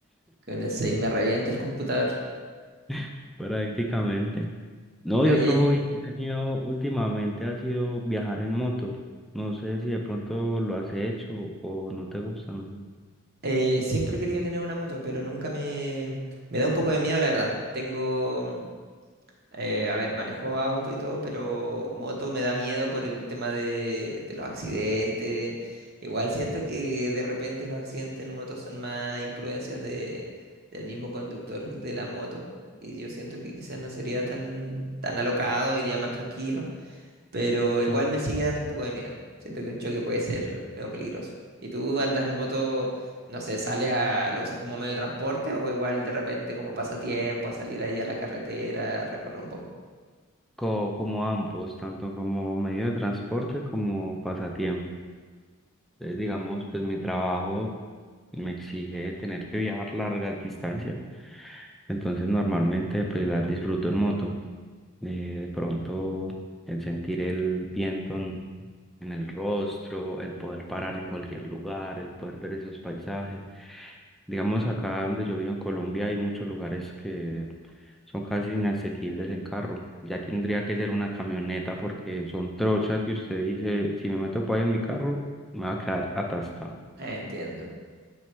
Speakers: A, on the right; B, in the centre.
A: con el 6 me revienta el computador.
B: <laughs> Prácticamente. No,
A: Oye,
B: y otro hobby que he tenido últimamente ha sido viajar en moto. No sé si de pronto lo has hecho o no te gusta, no sé.
A: eh, siempre he querido tener una moto, pero nunca me, me da un poco de miedo, la verdad. Tengo, Eh, a ver, manejo auto y todo, pero moto me da miedo por el tema de, de los accidentes. Igual siento que de repente los accidentes en moto son más imprudencias de, del mismo conductor de la moto. Y yo siento que quizás no sería tan, tan alocado, iría más tranquilo. Pero
B: Sí.
A: igual me sigue dando un poco de miedo. Siento que un choque puede ser medio peligroso. ¿Y tú andas en moto, no sé, sales a, lo usas como medio de transporte o igual de repente como pasatiempo, a salir ahí a la carretera, a recorrer un poco?
B: Co- como ambos, tanto como medio de transporte como pasatiempo. Entonces, digamos, pues mi trabajo me exige tener que viajar largas distancias. Entonces, normalmente, pues las disfruto en moto. Eh, de pronto, el sentir el viento en, en el rostro, el poder parar en cualquier lugar, el poder ver esos paisajes. Digamos, acá donde yo vivo en Colombia hay muchos lugares que son casi inasequibles en carro. Ya tendría que ser una camioneta porque son trochas que usted dice, si me meto para en mi carro, me va a quedar atascado.
A: Entiendo,